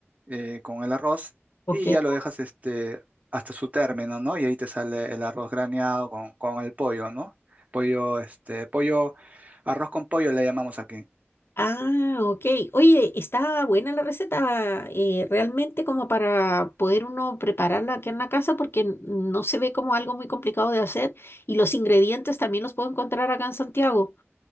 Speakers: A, on the right; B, on the left.
A: eh, con el arroz
B: ok.
A: y ya lo dejas este, hasta su término, ¿no? Y ahí te sale el arroz graneado con, con el pollo, ¿no? Pollo, este, pollo, arroz con pollo le llamamos aquí.
B: Ah, ok. Oye, está buena la receta, eh, realmente como para poder uno prepararla aquí en la casa porque n- no se ve como algo muy complicado de hacer y los ingredientes también los puedo encontrar acá en Santiago.